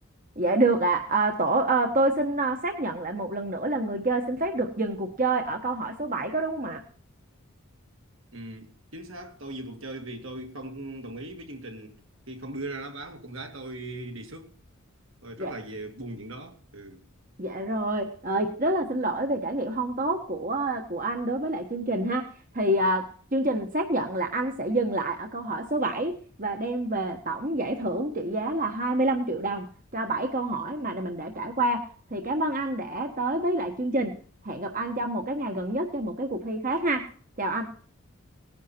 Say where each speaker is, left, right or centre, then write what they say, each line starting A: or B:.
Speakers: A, on the right; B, on the right.
A: Dạ được ạ. À. À, tổ à, tôi xin à, xác nhận lại một lần nữa là người chơi xin phép được dừng cuộc chơi ở câu hỏi số 7 có đúng không ạ?
B: Ừ, chính xác, tôi dừng cuộc chơi vì tôi không đồng ý với chương trình khi không đưa ra đáp án mà con gái tôi đề xuất. Tôi rất
A: Dạ
B: là về buồn chuyện đó. Ừ,
A: Dạ rồi, ờ, rất là xin lỗi về trải nghiệm không tốt của của anh đối với lại chương trình ha. Thì à, chương trình xác nhận là anh sẽ dừng lại ở câu hỏi số 7 và đem về tổng giải thưởng trị giá là 25 triệu đồng cho 7 câu hỏi mà mình đã trải qua. Thì cảm ơn anh đã tới với lại chương trình. Hẹn gặp anh trong một cái ngày gần nhất cho một cái cuộc thi khác ha. Chào anh.